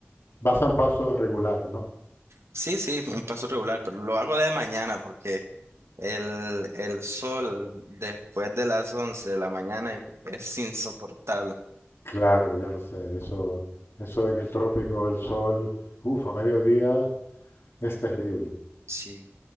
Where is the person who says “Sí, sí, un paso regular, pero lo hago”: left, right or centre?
Right